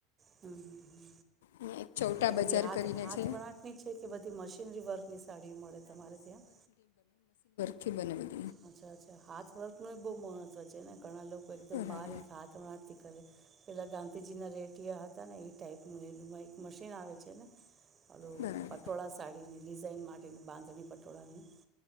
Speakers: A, on the right; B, on the left.
A: હમ હ હ
B: અને એક ચૌટા
A: એટલે બધી
B: બજાર
A: હાથ
B: કરીને
A: હાથ
B: છે
A: વણાટની છે કે બધી મશીનરી વર્કની સાડીઓ મળે તમારે ત્યાં
B: કે બને બધ
A: અચ્છા અચ્છા હાથ વ. નુ બવ મહત્વ છે. હાલો. એકદમ
B: બરાબર
A: બારીક હાથ વ હાથ થી કરે. પેલા ગાંધીજીના રેટિયા હતા ને એ ટાઈપનું એ એક મશીન આવે છે ને અ
B: બરાબર
A: પટોળા સાડી. અને ડિઝાઇન માટેની બાંધણી પટોળાની